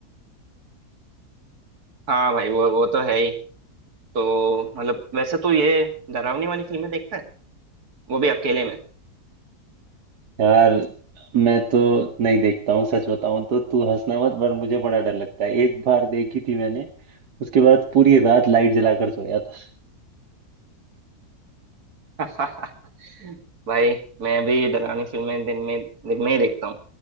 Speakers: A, on the right; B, on the right.
A: हाँ भाई वो वो तो है ही तो मतलब वैसे तो ये डरावनी वाली फिल्में देखता है वो भी अकेले में
B: यार मैं तो नहीं देखता हूँ सच बताऊं तो तू हंसना मत पर मुझे बड़ा डर लगता है एक बार देखी थी मैंने उसके बाद पूरी रात लाइट जलाकर सोया था
A: <laughs> भाई मैं भी डरावनी फिल्में दिन में दिन में ही देखता हूँ